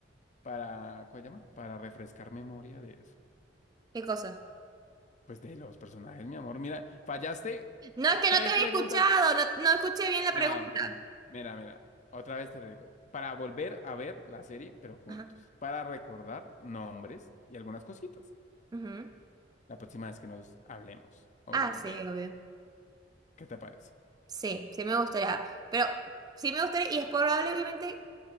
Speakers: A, on the left; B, on the right.
A: Para, ¿cómo se llama? Para refrescar memoria de eso.
B: ¿Qué cosa?
A: Pues de los personajes, mi amor. Mira, fallaste
B: No, es que
A: tres
B: no te había
A: preguntas.
B: escuchado, no, no escuché bien la
A: No.
B: pregunta.
A: Mira, mira, otra vez te lo digo, para volver a ver la serie, pero juntos,
B: Ajá.
A: para recordar nombres y algunas cositas,
B: Ujú.
A: la próxima vez que nos hablemos o
B: Ah,
A: nos
B: sí,
A: vea,
B: obvio.
A: ¿qué te parece?
B: Sí, sí me gustaría. Pero sí me gustaría, y es probable, obviamente,